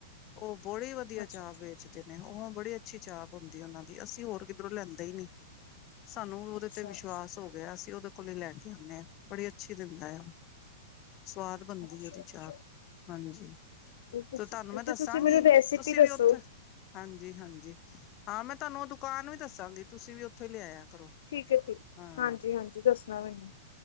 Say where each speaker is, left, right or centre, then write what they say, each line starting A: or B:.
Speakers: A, on the left (about 30°); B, on the left (about 70°).
A: ਉਹ ਬਹੁੜੀ ਵਧੀਆ
B: ਅੱਛਾ
A: ਚਾਹ ਵੇਚਦੇ ਨੇ ਉਹ ਬੜੀ ਅੱਛੀ ਚਾਹ ਹੁੰਦੀ ਉਹਨਾਂ ਦੀ ਅਸੀਂ ਹੋਰ ਕਿੱਧਰੋਂ ਲੈਂਦੇ ਹੀ ਨੀ ਸਾਨੂੰ
B: ਅੱਛਾ
A: ਉਹਦੇ ਤੇ ਵਿਸ਼ਵਾਸ
B: ਅੱਛਾ
A: ਹੋ ਗਿਆ ਅਸੀਂ ਉਹਦੇ ਕੋਲ ਲੈ ਕੇ ਆਉਂਦੇ ਹਾਂ ਬੜੀ ਅੱਛੀ ਦਿੰਦਾ ਆ ਸਵਾਦ ਬਣਦੀ
B: ਅੱਛਾ ਅੱਛਾ
A: ਉਹਦੀ ਚਾਹ
B: ਅੱਛਾ
A: ਹਾਂਜੀ
B: ਤੁਸੀਂ
A: ਤੇ ਤੁਹਾਨੂੰ ਮੈਂ ਦੱਸਾਂਗੀ
B: ਤੁਸੀਂ ਮੈਨੂੰ ਰੈਸਿਪੀ
A: ਤੁਸੀਂ
B: ਦੱਸੋ
A: ਵੀ ਉੱਥੇ ਹਾਂਜੀ ਹਾਂਜੀ ਹਾਂ ਮੈਂ ਤੁਹਾਨੂੰ ਉਹ ਦੁਕਾਨ ਵੀ ਦੱਸਾਂਗੀ ਤੁਸੀਂ ਵੀ ਉੱਥੇ ਲਿਆਇਆ ਕਰੋ
B: ਠੀਕ ਠੀਕ
A: ਹਾਂ
B: ਹਾਂਜੀ ਹਾਂਜੀ ਦੱਸਣਾ ਮੈਨੂੰ